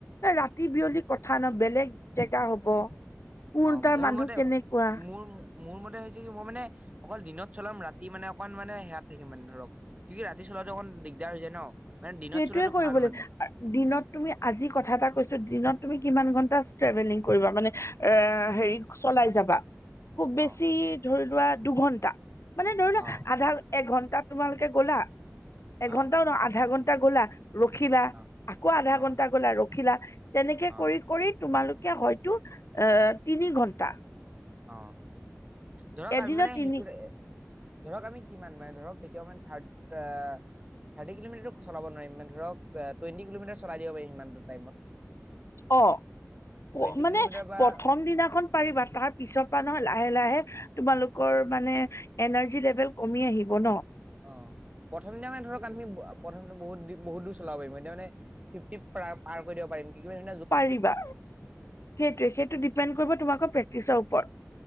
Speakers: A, on the left (about 60°); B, on the right (about 25°).
A: ৰাতি বিয়লি কথা ন বেলেগ জেগা হ'ব। কোন
B: অ
A: তাৰ
B: মোৰ
A: মানুহ
B: মতে
A: কেনেকুৱা
B: মোৰ মোৰ মতে হৈছে কি মই মানে অকল দিনত চলাম ৰাতি মানে অকমান মানে সেয়াাত থাকিম মানে ধৰক কি কি ৰাতি চলাটো অকণ দিগদাৰ হৈ যায় ন মানে দিনত
A: সেইটোৱে
B: চলোৱাটো
A: কৰিব
B: ভাল
A: লাগ
B: মানে
A: দিনত তুমি আজি কথা এটা কৈছো দিনত তুমি কিমান ঘণ্টা ট্ৰেভেলিং কৰিবা মানে এ
B: উম
A: হেৰি চলাই যাবা খুব বেছি
B: অ
A: ধৰি লোৱা দুঘন্টা মানে ধৰি লোৱা
B: অ
A: আধা এঘন্টা তোমালোকে গলা এঘন্টাও
B: অ
A: ন আধা ঘণ্টা গলা ৰখিলা
B: অ
A: আকৌ আধা
B: অ
A: ঘন্টা গলা ৰখিলা তেনেকে
B: অ
A: কৰি কৰি তোমালোকে হয়তো এ তিনি ঘন্টা
B: অ ধৰক
A: এদিনত
B: আমি মানে
A: তিনি
B: সেইটো ধৰক আমি কিমান মানে ধৰক কেতিয়াও মানে থাৰ্ড থাৰ্টি কিলোমিটাৰত চলাবোৱাৰিম ইান ধৰক টুৱেণ্টি কিলোমিটাৰ চলাই দিব পাৰিম ইমানটো টাইমত
A: অ ক
B: টুৱেণ্টি
A: মানে
B: কিলোমিটাৰ বা
A: প্ৰথম দিনাখন পাৰিবা তাত পিছৰ পৰা নহয় লাহে লাহে তোমালোকৰ মানে এনাৰ্জি লেভেল কমি আহিব ন
B: অ প্ৰথম এতিয়া মানে ধৰক আমি প্ৰথম বহুত বহুত দূৰ চলাব পাৰিম এতিয়া মানে ফিফটি াৰ কৰি দিব পাৰি নিব
A: পাৰিবা সেইটোৱে সেইটো ডিপেড কৰিব তোমাকৰ প্ৰেক্টিচৰ ওপৰত